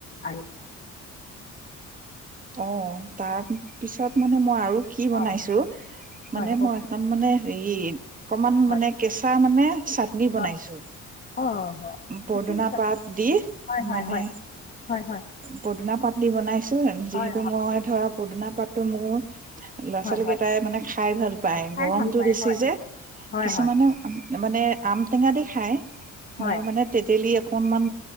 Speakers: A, on the left (about 35°); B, on the right (about 25°).
A: আৰ
B: অ' তাৰ পিছত মানে মই আৰু কি
A: হয়
B: বনাইছো।
A: হয়
B: মানে
A: কওক
B: মই এখন মানে হেৰি অকমান
A: হয়
B: মানে কেঁচা মানে চাটনি
A: হয়
B: বনাইছো।
A: অ' হয়।
B: পদুনা
A: ঠিক আছে
B: পাত দি
A: হয় হয়
B: মানে
A: হয় হয় হয়
B: পদুনা পাত দি বনাইছো যিহেতু
A: হয়
B: মই ধৰা পদুনা পাতটো মোৰ ল'ৰা
A: হয়
B: ছোৱালী
A: হয়
B: কেইটাই মানে খাই ভাল পায়
A: খাই
B: গৰমতটো
A: ভাল পায়
B: বেছি
A: হয়
B: যে।
A: হয়
B: কিছুমানে
A: হয়
B: মানে আম টেঙা দি খাই মই
A: হয়
B: মানে তেতেলি অকনমান